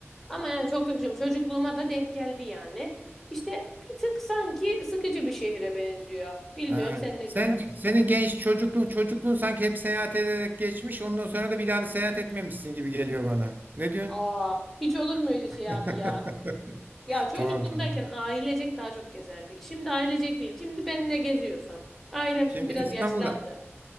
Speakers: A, in the centre; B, on the right.
A: Ama yani çok da küçüğüm. Çocukluğuma da denk geldi yani. İşte bir tık sanki sıkıcı bir şehre benziyor. Bilmiyorum
B: Ha.
A: sen ne
B: Sen
A: düşünüyorsun?
B: senin genç çocukluğun çocukluğun sanki hep seyahat ederek geçmiş. Ondan sonra da bir daha da seyahat etmemişsin gibi geliyor bana. Ne diyorsun?
A: Aa, hiç olur mu öyle şey
B: <laughs>
A: abi ya? Ya çocukluğumdayken
B: Tamam tamam.
A: ailecek daha çok gezerdik. Şimdi ailecek değil. Şimdi ben ne geziyorsam. Ailem
B: Şimdi
A: şimdi biraz
B: İstanbul'da
A: yaşlandı.